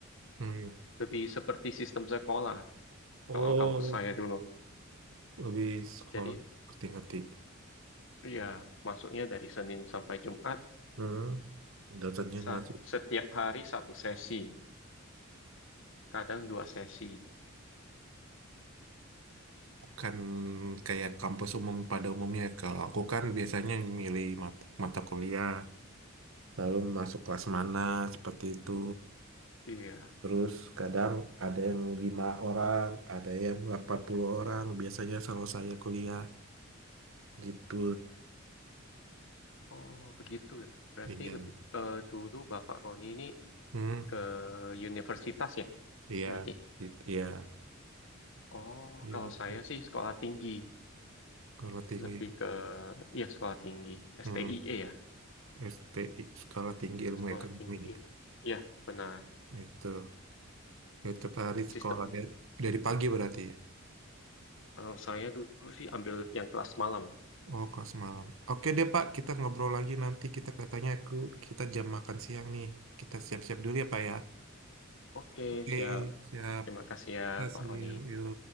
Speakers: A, on the right (about 70°); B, on the left (about 65°).
A: Hmm.
B: lebih seperti sistem sekolah
A: Oh,
B: kalau kampus saya dulu
A: lebih sekolah
B: jadi
A: ngerti-ngerti.
B: ya masuknya dari Senin sampai Jumat
A: Hmm. Dosennya ngerti.
B: sa- setiap hari satu sesi kadang dua sesi
A: Bukan kayak kampus umum pada umumnya. Kalau aku kan biasanya milih mat- mata kuliah, lalu masuk kelas mana, seperti itu.
B: iya
A: Terus kadang ada yang lima orang, ada yang 80 orang, biasanya selalu saya kuliah. Gitu.
B: Oh begitu ya. Berarti
A: Iya.
B: lebih eh, dulu Bapak Roni ini
A: Hmm,
B: ke universitas ya
A: iya.
B: berarti.
A: Gitu. Iya.
B: Oh,
A: itu
B: kalau saya sih sekolah tinggi,
A: Kalau tinggi.
B: lebih ke ya sekolah tinggi,
A: Hmm,
B: STIE ya,
A: STI, Sekolah Tinggi Ilmu
B: sekolah
A: Ekonomi.
B: tinggi
A: gitu.
B: ilmu. Ya, benar
A: Itu. Itu hari
B: sistemnya.
A: sekolah dari, dari pagi berarti ya?
B: Kalau saya dulu sih ambil yang kelas malam.
A: Oh, kelas malam. Oke deh, Pak. Kita ngobrol lagi nanti. Kita katanya aku kita jam makan siang nih. Kita siap-siap dulu ya, Pak ya.
B: Oke,
A: Oke,
B: siap.
A: siap.
B: Terima kasih ya,
A: Kita
B: Pak
A: see
B: Roni.
A: you.